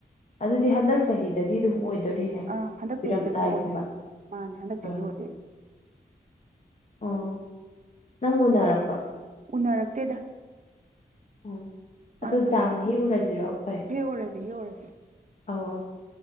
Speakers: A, on the left; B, on the right.
A: ꯑꯗꯨꯗꯤ ꯍꯟꯗꯛ ꯆꯍꯤꯗꯗꯤ ꯑꯗꯨꯝ ꯑꯣꯏꯗꯣꯔꯤꯅꯦ
B: ꯑꯥ ꯍꯟꯗꯛ
A: ꯄꯤꯔꯝꯗꯥꯏꯒꯨꯝꯕ
B: ꯆꯍꯤꯗ ꯑꯗꯨꯝ ꯑꯣꯏꯗꯣꯏꯅꯤ ꯃꯥꯅꯦ ꯍꯥꯟꯗꯛ ꯆꯍꯤ
A: ꯑꯥ
B: ꯑꯣꯏꯗꯣꯏꯅꯦ
A: ꯑꯣ ꯅꯪ ꯎꯅꯔꯛꯄ꯭ꯔ
B: ꯎꯅꯔꯛꯇꯦꯗ
A: ꯑꯣ
B: ꯃꯥꯁꯨ
A: ꯑꯗꯣ ꯖꯥꯝ ꯍꯦꯛꯎꯔꯁꯤꯔꯣ ꯑꯩꯈꯣꯏ
B: ꯍꯦꯛ ꯑꯣꯏꯔꯁꯦ ꯍꯦꯛ ꯑꯣꯏꯔꯁꯦ
A: ꯑꯣ